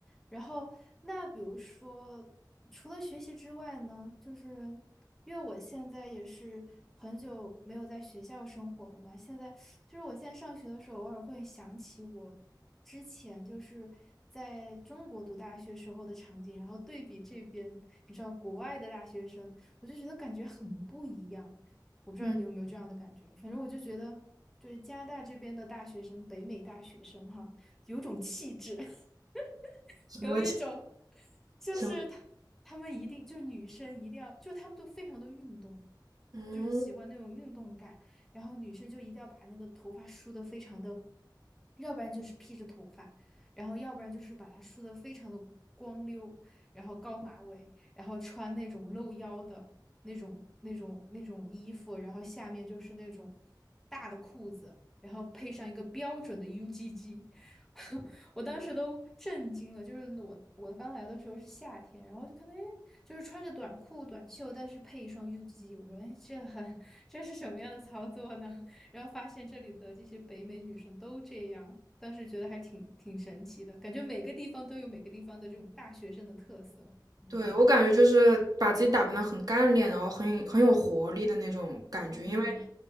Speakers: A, in the centre; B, on the right (about 55°).
A: 然后，那比如说，除了学习之外呢，就是因为我现在也是很久没有在学校生活了嘛，现在就是我现在上学的时候，偶尔会想起我之前就是在中国读大学时候的场景，然后对比这边，你知道国外的大学生，我就觉得感觉很不一样。我不知道你有没有这样的感觉，
B: 嗯，
A: 反正我就觉得，就是加拿大这边的大学生，北美大学生哈，有种气质。<laughs>
B: 什么
A: 有一种就是他他们一定就是女生一定要，
B: 什么？
A: 就他们都非常的运动，
B: 嗯。
A: 就是喜欢那种运动感，然后女生就一定要把那个头发梳的非常的，要不然就是披着头发，然后要不然就是把它梳的非常的光溜，然后高马尾，然后穿那种露腰的那种那种那种衣服，然后下面就是那种大的裤子，然后配上一个标准的 UGG。我当时都震惊了，就是我我刚来的时候是夏天，然后就看到哎，就是穿着短裤短袖，但是配一双 UGG，我说哎，这很这是什么样的操作呢？<laughs> 然后发现这里的这些北美女生都这样，当时觉得还挺挺神奇的，感觉每个地方都有每个地方的这种大学生的特色。嗯
B: 对，我感觉就是把自己打扮得很干练，然后很很有活力的那种感觉。
A: 嗯，
B: 因为